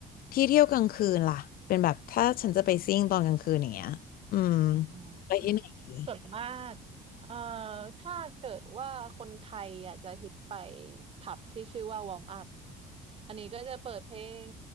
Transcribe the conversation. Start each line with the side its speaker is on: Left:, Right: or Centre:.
Left: ที่เที่ยวกลางคืนล่ะเป็นแบบถ้าฉันจะไปซิ่งตอนกลางคืนอย่างเงี้ยอืม
Right: อืมอืม
Left: ไปที่ไหนดี
Right: ส่วนมากเอ่อถ้าเกิดว่าคนไทยอ่ะจะฮิตไปผับที่ชื่อว่าวอร์มอัพอันนี้ก็จะเปิดเพลง